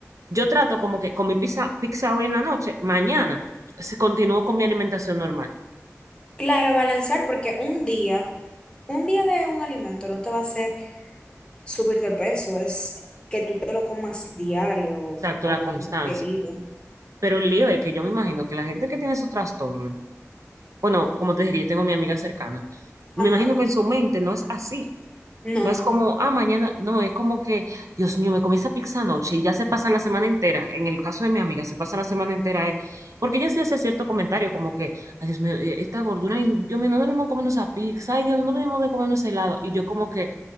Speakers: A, on the right (about 75°); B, on the left (about 20°).
A: Yo trato como que con mi pizza, pizza hoy en la noche, mañana se continúo con mi alimentación normal.
B: Claro, balancear porque un día, un día de un alimento no te va a hacer subir de peso, es que tú te lo comas diario
A: Exacto,
B: o
A: la constancia.
B: seguido.
A: Pero el lío es que yo me imagino que la gente que tiene esos trastornos, bueno, como te dije que yo tengo mi amiga cercana, me
B: Ajá.
A: imagino que en su mente no es así.
B: No,
A: No es como, ah, mañana, no, es como que, Dios mío, me comí esa pizza anoche y ya se pasa la semana entera. En el caso de mi amiga, se pasa la semana entera. eh, porque ella sí hace cierto comentario, como que, ay, Dios mío, eh, esta gordura, ay, Dios mío, no debemos comer esa pizza, ay, Dios, no debemos de comer ese helado. Y yo como que,